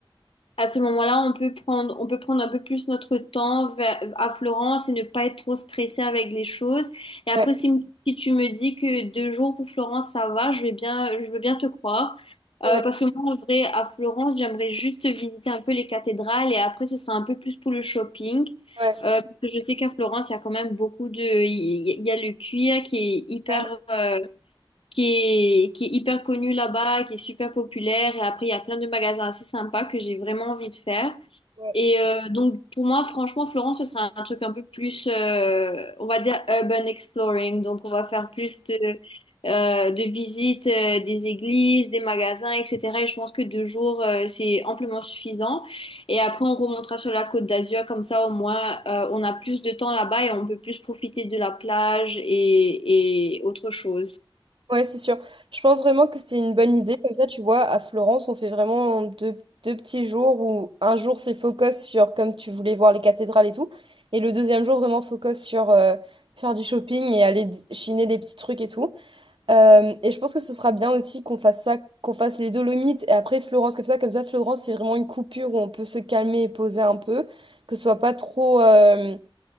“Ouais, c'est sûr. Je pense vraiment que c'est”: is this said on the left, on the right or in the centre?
Right